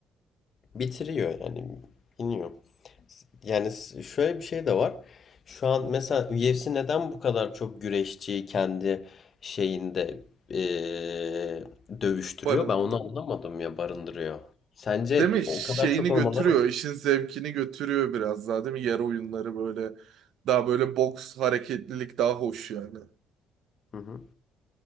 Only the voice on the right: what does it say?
Barındı.
Değil mi?
Şeyini
götürüyor. işin zevkini götürüyor biraz daha değil mi? Yer oyunları böyle. Daha böyle boks hareketlilik daha hoş yani.